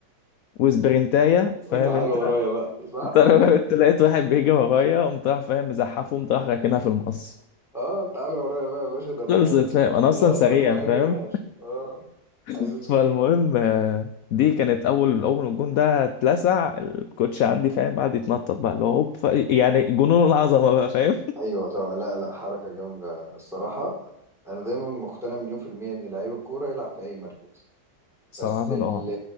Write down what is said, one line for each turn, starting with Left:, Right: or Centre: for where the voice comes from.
Left: وسبرنتاية فاهم
Centre: وتعالوا
Left: انت
Centre: ورايا بقى صح <laughs>
Left: <laughs> انت لقيت واحد بيجي ورايا قمت راح فاهم مزحفه قمت راح راكنها في المقص
Centre: اه تعالوا ورايا بقى يا باشا ده انا
Left: خلصت
Centre: ده انا
Left: فاهم انا اصلا
Centre: انا
Left: سريع
Centre: اصلا مهاجم
Left: فاهم
Centre: يا باشا اه حاسس
Left: <laughs>
Centre: بيك
Left: فالمهم آه، دي كانت اول اول ما الجون ده اتلسع الكوتش عندي فاهم قعد يتنطط بقى اللي هو هوب، ف- يعني جنون العظمه بقى فاهم
Centre: ايوه طبعا لا لا حركه جامده الصراحه انا دايما مقتنع مليون في الميه ان لعيب الكوره يلعب في اي مركز
Left: <laughs> صراحه
Centre: بس ال-
Left: اه